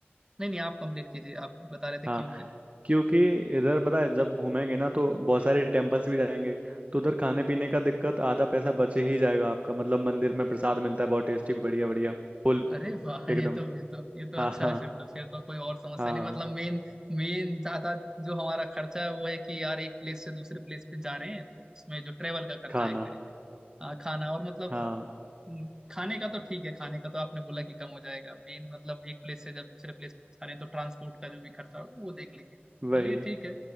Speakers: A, on the right; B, on the right.
A: नहीं नहीं आप कंप्लीट कीजिए आप बता रहे थे
B: हाँ,
A: क्योंकि
B: क्योंकि इधर पता है जब घूमेंगे ना तो बहुत सारे टेम्पल्स भी जाएंगे तो उधर खाने पीने का दिक्कत आधा पैसा बचे ही जाएगा आपका मतलब मंदिर में प्रसाद मिलता है बहुत टेस्टी बढ़िया बढ़िया फुल
A: अरे वाह
B: एकदम
A: ये तो ये तो ये तो अच्छा
B: हाँ हाँ
A: है फिर तो फिर तो कोई और समस्या
B: हाँ
A: नहीं मतलब मेन मेन ज्यादा जो हमारा खर्चा है वो है कि यार एक प्लेस से दूसरे प्लेस पे जा रहे हैं तो उसमें जो ट्रेवल का खर्चा
B: खाना
A: है एक तरीके से। हाँ, खाना और मतलब
B: हाँ
A: हम्म, खाने का तो ठीक है खाने का तो आपने बोला कि कम हो जाएगा मेन मतलब एक प्लेस से जब दूसरे प्लेस पे जा रहे हैं तो ट्रांसपोर्ट का जो भी खर्चा होगा वो देख लेंगे
B: वही
A: चलिए ठीक है